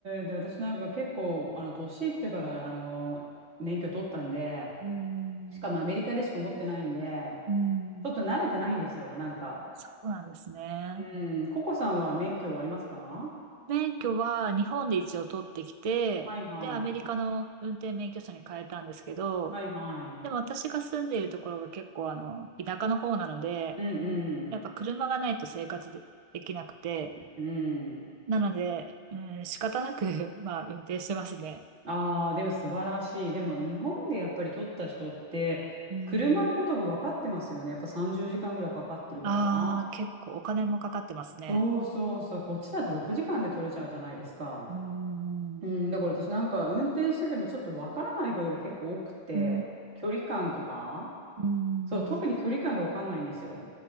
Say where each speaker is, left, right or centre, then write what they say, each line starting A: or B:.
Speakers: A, on the right; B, on the right.
A: で、私なんか結構、あの、年いってから、あの、免許取ったんで、
B: うん。
A: しかもアメリカでしか持ってないんで、
B: うん。
A: ちょっと慣れてないんですよ、なんか。
B: そうなんですね。
A: うん、ココさんは免許はありますか
B: 免許は日本で一応取ってきて、
A: はいはい。
B: で、アメリカの運転免許証に変えたんですけど、
A: はいはい。
B: でも私が住んでいるところが結構あの、田舎の方なので、
A: うんうん。
B: やっぱ車がないと生活で、できなくて、
A: うん。
B: なので、うん、仕方なく、<laughs> まあ、運転してますね。
A: ああ、でも素晴らしい。でも日本でやっぱり取った人って、
B: うー
A: 車のことが分かってますよね。
B: ん、
A: やっぱ30時間ぐらいかかってるから。
B: ああ、結構お金もかかってますね。
A: そうそうそう。こっちだって6時間で取れちゃうじゃないですか。
B: うーん、
A: うん。
B: う
A: だから私なんか運転しててもちょっと分からないことが結構多くて、
B: ん、
A: 距離感とか。
B: うん、
A: そう、特に距離感が分かんないんですよ。